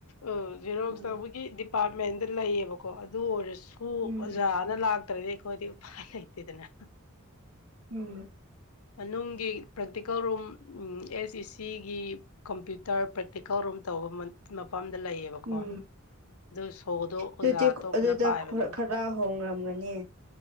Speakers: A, on the left; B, on the right.
A: ꯎ ꯖꯦꯔꯣꯛꯁ
B: ꯎꯝ
A: ꯇꯧꯕꯒꯤ ꯗꯤꯄꯥꯔꯠꯃꯦꯟꯗ ꯂꯩꯌꯦꯕꯀꯣ ꯑꯗꯨ ꯑꯣꯏꯔꯁꯨ
B: ꯎꯝ
A: ꯑꯣꯖꯥꯅ ꯂꯥꯛꯇ꯭ꯔꯗꯤ ꯍꯗꯤ ꯐꯥꯜꯥꯏꯇꯗꯅ
B: ꯎꯝ
A: ꯃꯅꯨꯡꯒꯤ ꯄ꯭ꯔꯦꯛꯇꯤꯀꯦꯜ ꯔꯨꯝ ꯑꯦꯁ ꯏ ꯁꯤꯒꯤ ꯀꯝꯄ꯭ꯌꯨꯇꯔ ꯄ꯭ꯔꯦꯛꯇꯤꯀꯦꯜ ꯔꯨꯝ ꯇꯧꯕ ꯃꯐꯝꯗ ꯂꯩꯌꯦꯕꯀꯣ
B: ꯎꯝ
A: ꯑꯗꯨ ꯁꯣꯗꯣ
B: ꯑꯗꯨꯗꯤ
A: ꯑꯣꯖꯥ ꯑꯇꯣꯞꯄꯅ
B: ꯑꯗꯨꯗ
A: ꯄꯥꯏꯕꯅꯦꯕ
B: ꯈꯔ ꯍꯣꯡꯂꯝꯒꯅꯤ